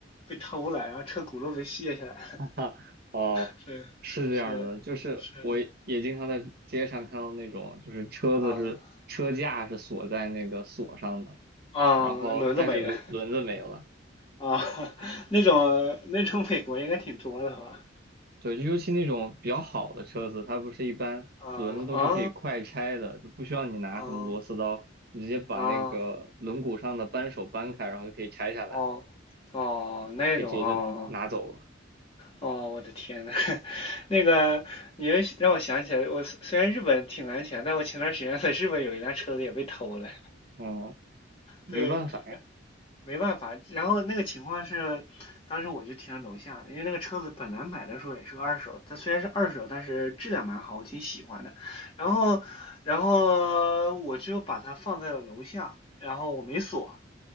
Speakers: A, on the left; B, on the right.
A: 被偷了，然后车轱辘被卸下来了
B: <laughs> 哈，哦，
A: 是是是，
B: 是这样的，就是我也经常在街上看到那种，就是车子是车架是锁在那个锁上的，
A: 啊啊，
B: 然后但是轮轮子没了。
A: 轮子没了啊，<laughs> 那种那种美国应该挺多的吧？
B: 对，就尤其那种比较好的车子，它不是一般轮子都是可以快拆的，
A: 啊啊
B: 就不需要你拿什么螺丝刀，
A: 啊
B: 你直接把那个轮毂上的扳手扳开，
A: 啊！
B: 然后就可以拆下来，
A: 哦哦，那种哦
B: 可以直接就拿走了。
A: 哦，我的天呐，<laughs> 那个你让我想起来，我虽虽然日本挺安全，但我前段时间在日本有一辆车子也被偷了。
B: 嗯，没办法呀，
A: 对，没办法。然后那个情况是，当时我就停在楼下，因为那个车子本来买的时候也是个二手，它虽然是二手，但是质量蛮好，我挺喜欢的。然后，然后我就把它放在了楼下，然后我没锁，